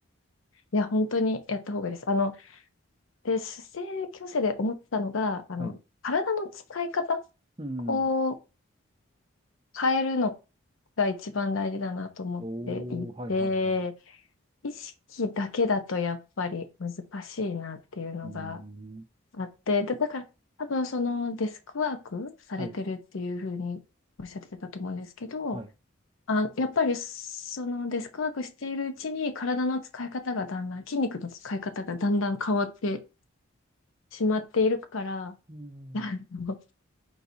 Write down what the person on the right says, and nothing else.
はい。
うん。
おー、はいはいはい。う
ーん。
はい、はい。
うーん。